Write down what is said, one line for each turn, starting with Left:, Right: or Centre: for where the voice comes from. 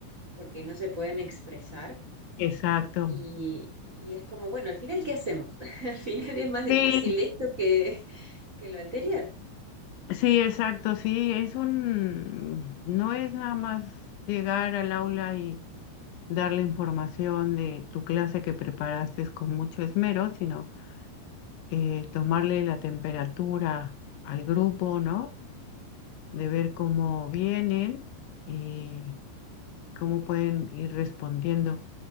Right: porque no se pueden expresar.
Left: Exacto.
Right: Y, y es como, bueno, al final, ¿qué hacemos? <laughs> Al final es más difícil
Left: Sí,
Right: esto que, que lo anterior.
Left: sí, exacto, sí, es un, no es nada más llegar al aula y dar la información de tu clase que preparaste con mucho esmero, sino eh, tomarle la temperatura al grupo, ¿no? De
Right: Ujú.
Left: ver cómo vienen y cómo pueden ir respondiendo.